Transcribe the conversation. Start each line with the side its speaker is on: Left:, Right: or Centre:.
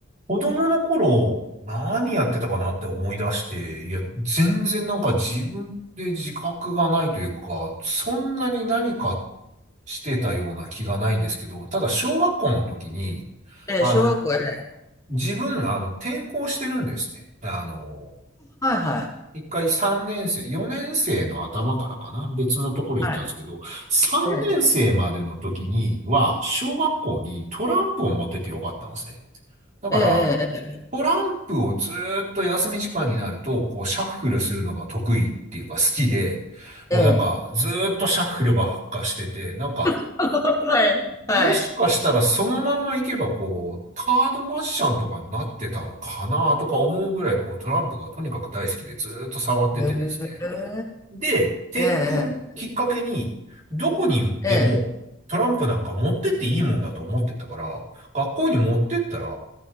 Right: 子供の頃、何やってたかなって思い出して、いや、全然なんか自分で自覚がないというか、そんなに何かしてたような気がないんですけど、ただ小学校の時に、
Left: ええ、
Right: あの、
Left: 小学校、ええ。
Right: 自分、あの、転校してるんですね。あの、
Left: はいはい。
Right: 一回3年生、4年生の頭からかな、別のところ行ったんですけど、
Left: はい。
Right: 3年生までの時には、
Left: ええ。
Right: 小学校にトランプを持っててよかったんですね。だから、
Left: ええ
Right: トランプをずーっと休み時間になると、こう、シャッフルするのが得意っていうか好きで、もうなんか、
Left: ええええ。ええ。
Right: ずーっとシャッフルばっかしてて、なんか、
Left: <laughs> はい、はい。
Right: もしかしたらそのまま行けば、こう、カードマジシャンとかになってたのかなとか思うぐらい、こう、トランプがとにかく大好きでずーっと触っててですね。
Left: へえ。
Right: で、転校をきっかけに、
Left: ええええ。
Right: どこにでもトランプなんか持ってっていいもんだと思ってたから、
Left: ええ
Right: 学校に持ってったら、